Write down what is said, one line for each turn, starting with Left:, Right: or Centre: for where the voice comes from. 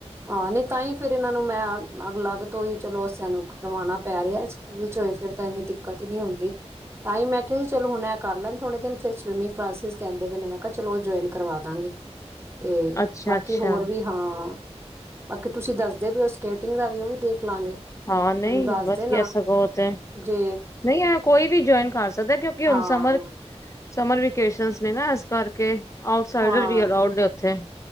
Right: ਹਾਂ ਨਹੀਂ ਤਾਂ ਹੀ ਫਿਰ ਇਹਨਾਂ ਨੂੰ ਮੈਂ ਅੱਗ ਅਲੱਗ <unintelligible> ਚਲੋ <unintelligible> ਪੈ ਰਿਹਾ ਸਕੂਲ ਚ ਹੋਏ ਫਿਰ ਤਾਂ ਇੰਨੀ ਦਿੱਕਤ ਹੀ ਨੀ ਹੁੰਦੀ ਤਾਂ ਹੀ ਮੈਂ ਕਿਹਾ ਚਲੋ ਹੁਣ ਐ ਕਰ ਲੈਣ ਥੋੜੇ ਦਿਨ ਫਿਰ ਸਵਿਮਿੰਗ ਕਲਾਸਿਸ ਕਹਿੰਦੇ ਪੈ ਨਾ ਚਲੋ ਜੁਆਇਨ ਕਰਵਾ ਦਾਂਗੇ ਤੇ
Left: ਅੱਛਾ
Right: ਬਾਕੀ
Left: ਅੱਛਾ
Right: ਹੋਰ ਵੀ ਹਾਂ ਬਾਕੀ ਤੁਸੀਂ ਦੱਸਦੇ ਵੀ ਹੋ ਸਕੇਟਿੰਗ ਦਾ ਵੀ ਉਹ ਵੀ ਦੇਖ ਲਾਂਗੇ
Left: ਹਾਂ ਨਹੀਂ
Right: ਮੈਨੂੰ ਦੱਸ
Left: ਵਧੀਆ
Right: ਦੇਣਾ
Left: ਸਗੋਂ ਤੇ
Right: ਜੇ
Left: ਨਹੀਂ ਕੋਈ ਵੀ ਜੁਆਇਨ ਕਰ ਸਕਦਾ ਕਿਉਂਕਿ ਹੁਣ
Right: ਹਾਂ
Left: ਸਮਰ ਸਮਰ ਵੇਕੇਸ਼ਨ <unintelligible> ਨਾ ਇਸ ਕਰਕੇ ਆਟਸਾਈਡਰ
Right: ਹਾਂ
Left: ਅ ਨੇ ਉਥੇ